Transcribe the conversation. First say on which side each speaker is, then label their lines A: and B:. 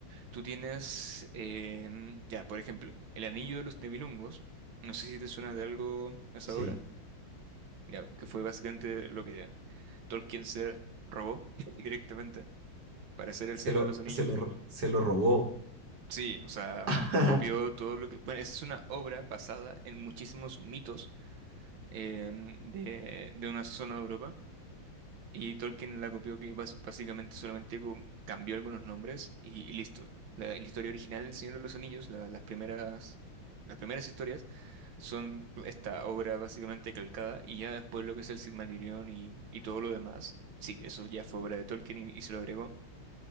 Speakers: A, on the right; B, on the right.
A: tú tienes, em, ya, por ejemplo, el anillo de los Nibelungos, no sé si te suena de algo hasta
B: Sí,
A: ahora, ya, que fue básicamente lo que Tolkien se robó <laughs> directamente para hacer El
B: se
A: Señor
B: lo,
A: de los Anillos.
B: se lo, se lo robó.
A: Sí, o sea,
B: <laughs>
A: copió todo lo que... Bueno, esa es una obra basada en muchísimos mitos em, de, de una zona de Europa. Y Tolkien la copió que bas- básicamente solamente co- cambió algunos nombres y, y listo. La, la historia original del Señor de los Anillos, la- las primeras, las primeras historias, son esta obra básicamente calcada y ya después lo que es el Silmarillion y, y todo lo demás, sí, eso ya fue obra de Tolkien y, y se lo agregó.